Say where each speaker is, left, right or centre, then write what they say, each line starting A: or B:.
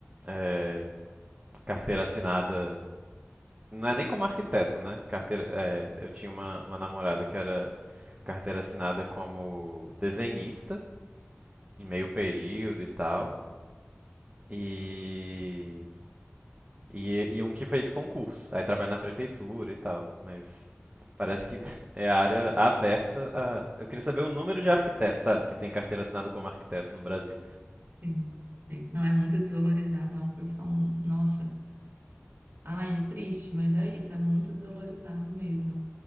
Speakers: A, on the right; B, on the right.
A: é, carteira assinada. Não é nem como arquiteto, né? Carteira, é, eu tinha uma, uma namorada que era carteira assinada como desenhista, em meio período e tal. E, e, e um que fez concurso. Aí trabalha na prefeitura e tal. Mas parece que <laughs> é a área aversa a. Eu queria saber o número de arquitetos, sabe? Que tem carteira assinada como arquitetos no Brasil.
B: Sim, sim. Não é muito desvalorizado, é uma profissão, nossa. Ai, é triste, mas é isso, é muito desvalorizado mesmo.